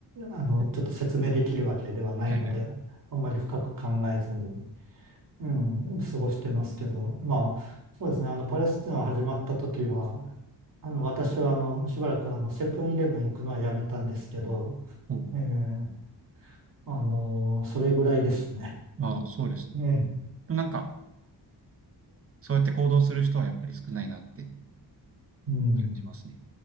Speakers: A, on the right; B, on the right.
A: あの、
B: うん。
A: ちょっと説明できるわけではないので、
B: はいはい。
A: あんまり深く考えずに、うん、過ごしてますけど、まあ、そうですね、あの、パレスチナ始まった時は、あの、私は、あの、しばらく、あの、セブンイレブン行くのはやめたんですけど、
B: お、
A: えーあの、それぐらいですね。
B: ああ、そうですね。
A: ええ
B: なんか、そうやって行動する人はやっぱり少ないなって感
A: うん。
B: じますね。